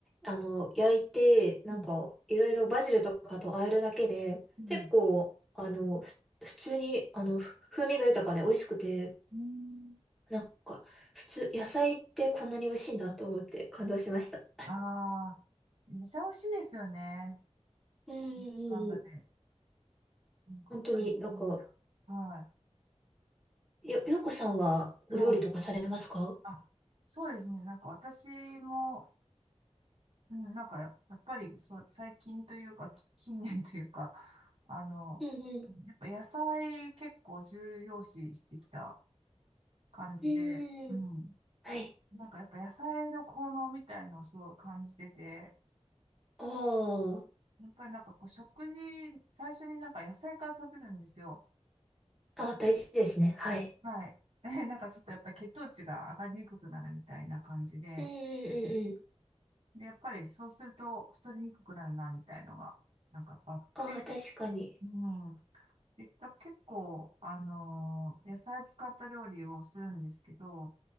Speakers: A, in the centre; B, on the right.
A: あの、焼いて、なんか、
B: うん、
A: いろいろバジルとかと和えるだけで、
B: うん、
A: 結構、あの、ふ普通に、あの、ふ風味が豊かで美味しくて、
B: うん。
A: なんか、普通、野菜ってこんなに美味しいんだと思って感動しました。
B: ああー、めっちゃ美味しいですよね。
A: うんう
B: なんだかんだね
A: んうん。
B: なんか、
A: 本当に、
B: あれもなんか、
A: なんか、
B: は
A: よ、ようこさんはお料理とかされますか
B: い、はい。あ、そうですね。なんか私も、うん、なんかや、やっぱりそう、最近というか、き近年というか、<laughs> あの、
A: うんうん。
B: やっぱ野菜結構重要視してきた感じで、
A: うんうんうん。
B: うん。
A: はい。
B: なんかやっぱ野菜の効能みたいのをすごい感じてて、
A: あ
B: やっぱりなんかこう食事、最初になんか野菜から食べるんですよ。
A: あ、あ、大事ですね。はい。
B: はい。<laughs> なんかちょっとやっぱり血糖値が上がりにくくなるみたいな感じで、
A: うんうんうんうん。
B: で、やっぱりそうすると太りにくくなるな、みたいのが、なんかやっぱあって、
A: ああ、確かに。
B: うん。で、だ結構、あのー野菜使った料理をするんですけど、